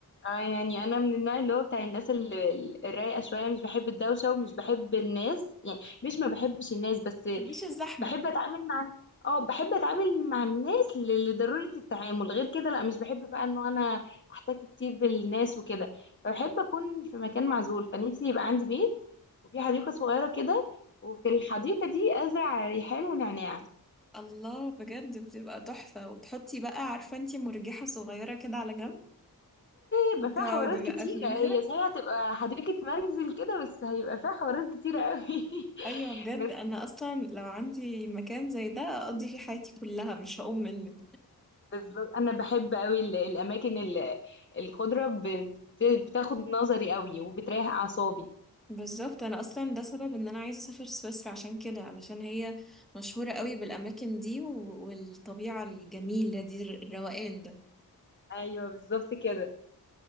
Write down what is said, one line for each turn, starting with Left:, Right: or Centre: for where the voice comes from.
Left: اه يعني انا من النوع اللي هو بتاع الناس اللي ال- الرايقه شويه مش بحب الدوشه ومش بحب الناس يعني مش ما بحبش الناس بس
Centre: محبيش الزحمة
Left: بحب اتعامل مع اه بحب اتعامل مع الناس ل- لضروره التعامل غير كده لا مش بحب بقى انه انا احتك كتير بالناس وكده فبحب اكون في مكان معزول فنفسي يبقى عندي بيت وفي حديقه صغيره كده وفي الحديقه دي ازرع ريحان ونعناع
Centre: الله بجد بتبقى تحفة وتحطي بقى عارفة انتي مرجحة صغيرة كده على جنب
Left: هيبقى
Centre: وتقعدي
Left: فيها حوارات كتيرة
Centre: بقى فيها
Left: هي صحيح هتبقى حديقة منزل كده بس هيبقى فيها حوارات كتيرة قوي
Centre: ايوه
Left: <laughs>
Centre: بجد
Left: بس
Centre: انا اصلا لو عندي مكان زي ده اقضي فيه حياتي كلها مش هقوم منه
Left: بس أنا بحب قوي ال- الأماكن ال- الخضرة ب- بت- بتاخد نظري قوي وبتريح أعصابي
Centre: بالظبط انا اصلا ده سبب ان انا عايزة اسافر سويسرا عشان كده علشان هي مشهورة قوي بالاماكن دي و- والطبيعة الجميلة دي الروقان ده
Left: أيوه بالظبط كده